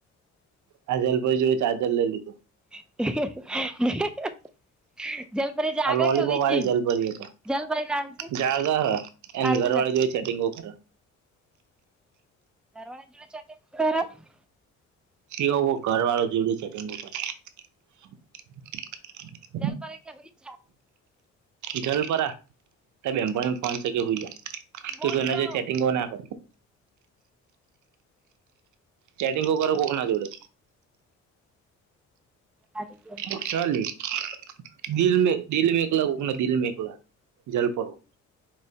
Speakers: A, on the right (about 75°); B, in the centre.
A: હા જલપરી જોડે ચાજર લઈ લ ઈ.
B: <inaudible> જલપરી જાગે
A: વોલીબોલ
B: કે હુઈ
A: વાે
B: જી
A: જલ ભરીએ તો
B: જલપરી ને આલજે
A: જાગા હ એને
B: આલજે
A: ઘર
B: જલપરી
A: વાળી જોઈ ચેટિંગો કરે.
B: <unintelligible>
A: <unintelligible>
B: દલપરી કે હ હોઈ
A: જલપરા ત બેમપળ ફન છે કે હોઈ જાય.
B: બોલ
A: ત તું એના
B: નો
A: જો ચેટિંગ હો નાખ. ચેટંગ કો કરર કોકખના જોડે
B: <unintelligible>
A: <unintelligible>